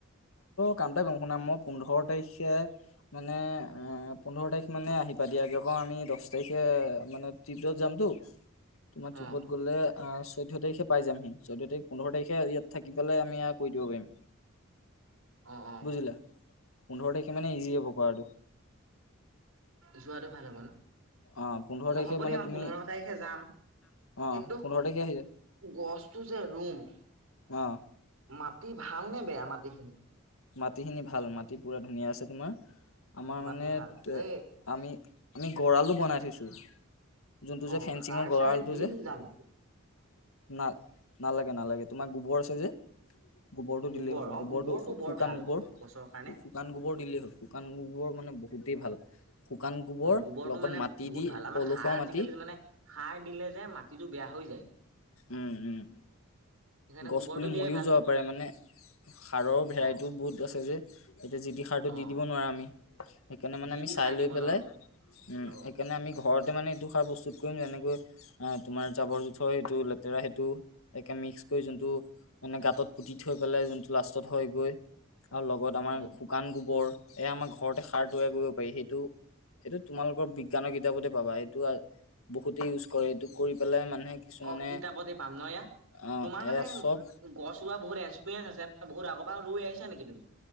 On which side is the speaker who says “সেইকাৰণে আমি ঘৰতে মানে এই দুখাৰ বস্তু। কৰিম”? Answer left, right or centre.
Left